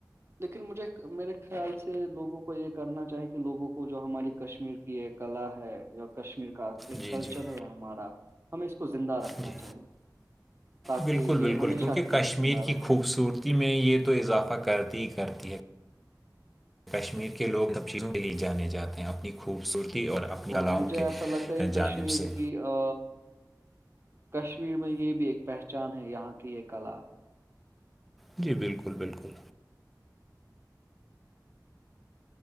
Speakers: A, on the right (about 35°); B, in the centre.
A: لیکن مجھے میرے خیال سے لوگوں کو یہ کرنا چاہی کہ لوگوں کو جو ہماری کشمیر کی یہ کلا ہے جو کشمیر کا ایک
B: جی
A: کلچر
B: جی
A: ہے ہمارا ہمیں اس کو زندہ رکھنا
B: جی
A: چاہیے تاکہ
B: بالکل بالکل
A: یہ ہمیشہ
B: کیونکہ
A: کے
B: کشمیر
A: لیے زندہ
B: کی
A: رہے
B: خوبصورتی میں یہ تو اضافہ کرتی ہی کرتی ہے کشمیر کے لوگ نب چیزوں کے لیے جانے جاتے ہیں اپنی خوبصورتی اور اپنی کلاؤں
A: اور مجھے
B: کے
A: ایسا لگتا ہے
B: جانب
A: کشمیر
B: سے
A: کی ا کشمیر میں یہ بھی ایک پہچان ہے یہاں کی یہ کلا
B: جی بالکل بالکل